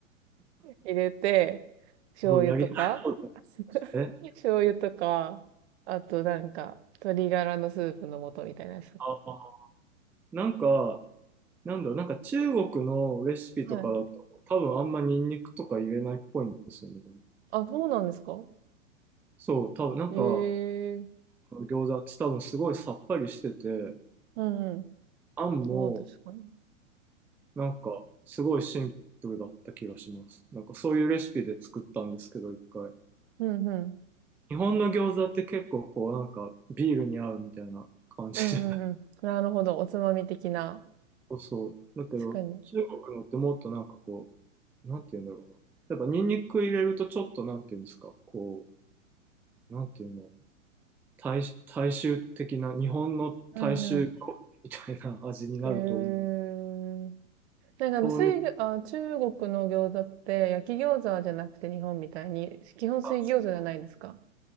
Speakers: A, on the right; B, in the centre.
A: 入れて、醤油とか、
B: すごいやりたい
A: <laughs>
B: ですね。
A: 醤油とか、あとなんか、鶏ガラのスープの素みたいなやつ。
B: ああ。なんか、なんだろう、なんか中国のレシピとかだと、
A: はい。
B: 多分あんまニンニクとか入れないっぽいんですよね。でも
A: あ、そうなんですか
B: そう、多分なんか、
A: ええ
B: 餃子って多分すごいさっぱりしてて、
A: うんうん。
B: あんも
A: そう、確かに。
B: なんかすごいシンプルだった気がします。なんかそういうレシピで作ったんですけど、一回。
A: うんうん。
B: 日本の餃子って結構こうなんかビールに合うみたいな感じじゃない
A: うんうんうん。なるほど。おつまみ的な。
B: <laughs> そうそう。だけど中国のってもっとなんかこ
A: 確かに。
B: う、なんて言うんだろうな。やっぱニンニク入れるとちょっとなんて言うんですか、こう、なんていうの、大、大衆的な、日本の大衆
A: うんう
B: みたいな味になると思う。
A: ん。へえ。なんか、
B: そういう、
A: 無水餃、あ、中国の餃子って焼き餃子じゃなくて日本みたいに、基本水餃子じゃないですか。
B: あ